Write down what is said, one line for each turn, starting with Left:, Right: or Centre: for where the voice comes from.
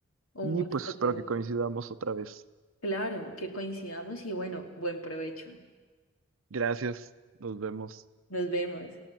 Left: Un
Right: y
Left: gusto,
Right: pues espero
Left: Jordan.
Right: que coincidamos otra vez.
Left: Claro, que coincidamos y bueno, buen provecho.
Right: Gracias, nos vemos.
Left: Nos vemos.